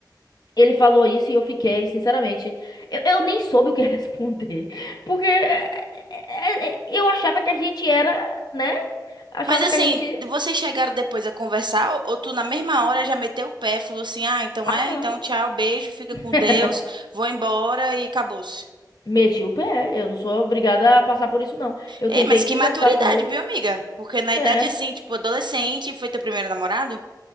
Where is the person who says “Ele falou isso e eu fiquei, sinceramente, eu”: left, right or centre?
Left